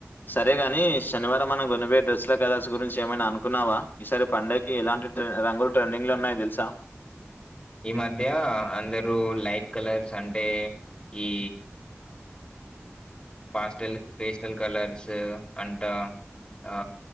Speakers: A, on the left; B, on the left.
A: సరే గాని శనివారం మనం గొనబోయే డ్రెస్సుల కలర్స్ గురించి ఏమైనా అనుకున్నావా ఈసారి పండగకి ఎలాంటి రంగులు ట్రెండింగ్ లో ఉన్నాయి తెలుసా
B: ఈ మధ్య అందరూ లైట్ కలర్స్ అంటే ఈ పాస్టల్ పేస్టల్ కలర్స్ అంటా ఆ